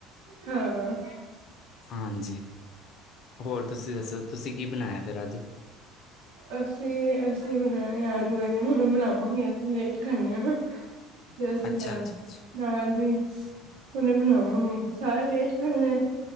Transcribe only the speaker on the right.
ਹਾਂ।
ਅਸੀਂ-ਅਸੀਂ ਬਣਾਏ ਆਲੂ ਬੈਂਗਣ ਹੁਣ ਰਾਤ ਨੂੰ ਵੀ ਸੀ ਉਹੀ ਖਾਂਵਾ ਗੇ। ਪਰਸ
ਵਗੈਰਾ,
ਨਾ ਜੀ। ਹੁਨੇ ਬਣਾਵਾਂਗੇ ਸਾਰੇ ਲੇਟ ਖਾਂਦੇ ਆ।